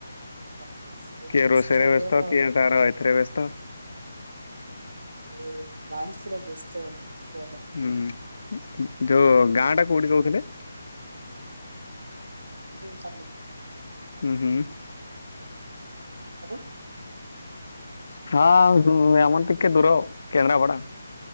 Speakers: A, on the right; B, on the left.
A: ହଁ, ସେ
B: କିଏ ରୋଷେଇରେ ବ୍ୟସ୍ତ
A: ରହିବା
B: କିଏ
A: ଭଲ।
B: ତାର ଏଥିରେ ବ୍ୟସ୍ତ।
A: ଏ ଲାଇଫ୍ ର ବ୍ୟସ୍ତ ଭାଇ। କୁହନା।
B: ହୁଁ ଯୋଉ ଗାଁ ଟା କୋଉଠି କହୁଥିଲେ।
A: ସାଲେପୁର୍
B: ହୁଁ ହୁଁ।
A: ଆପଣ।
B: ହଁ, ହୁଁ ଆମର ଟିକେ ଦୂର ଆଉ କେନ୍ଦ୍ରାପଡା।